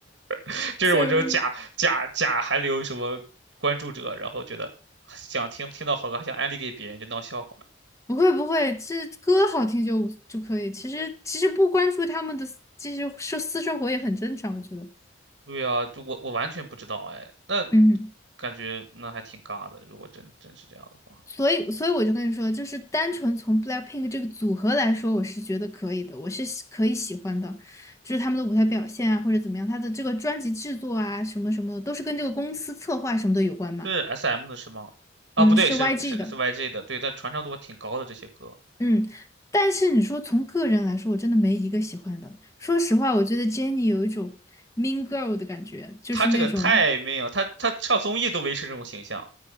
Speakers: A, on the right (about 75°); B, on the left (about 15°).
A: <laughs> 就是我这种假假假还留什么关注者，
B: 救命！
A: 然后觉得想听听到好歌还想安利给别人，就闹笑话。
B: 不会不会，这歌好听就就可以。其实其实不关注他们的私这些私私生活也很正常，我觉得。
A: 对呀，就我我完全不知道哎，那
B: 嗯，
A: 感觉那还挺尬的，如果真真是这样的话，
B: 所以所以我就跟你说，就是单纯从 BLACKPINK 这个组合来说，我是觉得可以的，我是喜可以喜欢的，就是他们的舞台表现啊，或者怎么样，他的这个专辑制作啊，什么什么的，都是跟这个公司策划什么的有关嘛。
A: 是 SM 的是吗？啊，
B: 嗯，
A: 不对，
B: 是
A: 是是是
B: YG 的。
A: YG 的，对，但传唱度挺高的这些歌，
B: 嗯，但是你说从个人来说，我真的没一个喜欢的。说实话，我觉得 Jennie 有一种 mean girl 的感觉，就是那种
A: 他这个太没有，他他上综艺都维持这种形象，